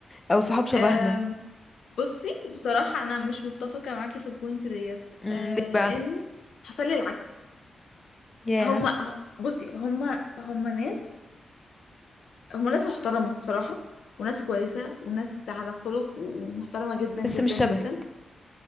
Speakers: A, on the left (about 25°); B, on the left (about 75°).
A: او صحاب شبهنا
B: مم. بصي بصراحة أنا مش متفقة معاكي في البوينت ديت
A: امم
B: آه
A: ليه
B: لأن
A: بقى
B: حصل لي العكس
A: ياه
B: هما بصي هما هما ناس هما ناس محترمة بصراحة وناس كويسة وناس على خلق ومحترمة جدا
A: بس
B: جدا
A: مش شبهك
B: جدا